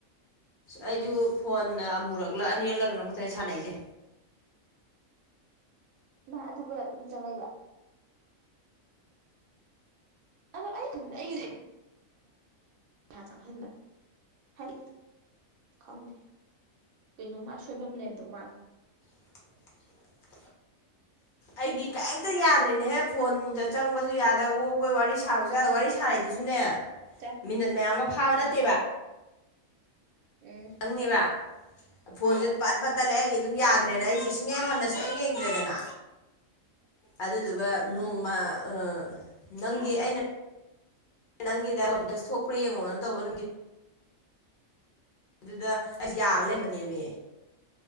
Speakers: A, on the left; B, on the right.
A: ꯑꯩꯁꯨ
B: ꯎꯝ
A: ꯐꯣꯟꯅ ꯑꯃ ꯃꯨꯔꯛꯂ ꯑꯅꯤꯔꯂ ꯀꯩꯅꯣ ꯈꯇꯅ ꯁꯥꯟꯅꯩꯁꯦ
B: ꯃ ꯑꯗꯨꯒ ꯑꯗꯨ ꯆꯪꯉꯛꯏꯕ ꯑꯗꯣ ꯑꯩꯒꯤ ꯑꯩꯒꯤ ꯄꯩꯁꯥ ꯆꯪꯍꯟꯕ ꯍꯩ ꯈꯪꯗꯦ ꯀꯩꯅꯣꯃ ꯑꯁꯣꯏꯕꯝ ꯂꯩꯝꯗꯧ ꯃꯥꯂ
A: <inaudible> ꯑꯩꯗꯤ ꯀꯔꯤꯝꯇ ꯌꯥꯗ꯭ꯔꯤꯅꯦꯍꯦ ꯐꯣꯟꯗ ꯆꯪꯕꯁꯨ ꯌꯥꯗꯕ ꯑꯣꯛꯄꯣꯏ ꯋꯥꯔꯤ ꯁꯥꯕꯁꯨ ꯌꯥꯗ ꯋꯥꯔꯤ ꯁꯥꯔꯏꯗꯨꯁꯨꯅꯦ
B: ꯆꯥ
A: ꯃꯤꯅꯠ ꯃꯌꯥꯝꯒ ꯐꯥꯕ
B: ꯎꯝ
A: ꯅꯠꯇꯦꯕ
B: ꯎꯝ
A: ꯅꯪꯅꯦꯕ ꯐꯣꯟꯁꯨ ꯑꯗꯨꯝ ꯄꯠ ꯄꯠ ꯇꯠꯂꯦ ꯑꯩꯒꯤ ꯑꯗꯨꯝ ꯌꯥꯗ꯭ꯔꯦꯅ
B: ꯎꯝ
A: ꯑꯩꯁꯦ ꯁꯨꯡꯌꯥ ꯍꯥꯟ ꯁꯨꯛ ꯌꯦꯡꯗ꯭ꯔꯦꯗꯅ ꯑꯗꯨꯗꯨꯒ ꯅꯣꯡꯃ
B: ꯎꯝ
A: ꯑꯥ ꯅꯪꯒꯤ ꯑꯩꯅ ꯅꯪꯒꯤꯗ ꯊꯣꯛꯄ꯭ꯔꯥ ꯌꯦꯡꯉꯣꯅ ꯇꯧꯕ ꯅꯨꯃꯤꯠ ꯑꯗꯨꯗ ꯑꯩꯁ ꯌꯥꯔꯒ ꯂꯩꯔꯝꯃꯦ